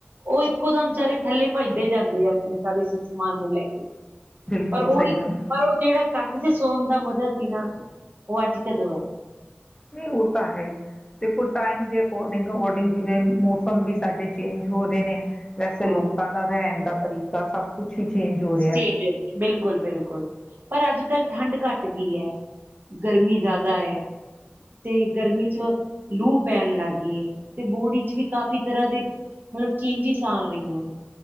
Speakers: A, on the right; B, on the left.
A: ਉਹ ਇੱਕੋ ਦਮ ਚਾਰੇ ਥੱਲੇ। ਪਜਦੇ ਜਾਂਦੇ ਆਪਣੇ ਸਾਰੇ ਸਮਾਨ ਨੂੰ ਲੈ ਕੇ
B: ਬਿਲਕੁਲ
A: ਪਰ ਉਹਹੀ
B: ਸਹੀ ਗੱਲ
A: ਪਰ ਉਹ ਜਿਹੜਾ ਕੱਟ ਚ ਸੋਣ ਦਾ ਮਜ਼ਾ ਸੀ ਨਾ ਉਹ ਅੱਜ ਕਦੋਂ ਹੈ
B: ਨਹੀਂ ਉਹ ਤਾਂ ਹੈ ਤੇ ਕੋ ਟਾਈਮ ਦੇ ਅਕੋਡਿੰਗ ਅਕੋਰਡਿੰਗ ਜਿਵੇਂ ਮੌਸਮ ਵੀ ਸਾਡੇ ਚੇਂਜ ਹੋ ਰਹੇ ਨੇ ਵੈਸੇ
A: ਹਾਂ
B: ਲੋਕਾਂ ਦਾ ਰਹਿਣ ਦਾ ਤਰੀਕਾ ਸਭ ਕੁੱਛ ਹੀ ਚੇਂਜ ਹੋ ਰਿਹਾ
A: ਚੇਂਜ ਬਿਲਕੁਲ ਬਿਲਕੁਲ ਪਰ ਅੱਜ ਕੱਲ੍ਹ ਠੰਡ ਘੱਟ ਗਈ ਹੈ ਗਰਮੀ ਜ਼ਿਆਦਾ ਹੈ ਤੇ ਗਰਮੀ ਚ ਲੂ ਪੈਣ ਲੱਗ ਗਈ ਹੈ ਤੇ ਬੋਡੀ ਚ ਵੀ ਕਾਫ਼ੀ ਤਰ੍ਹਾਂ ਦੇ ਮਤਲਬ ਚੇਂਜਿਸ ਆ ਰਹੀਆਂ ਨੇ।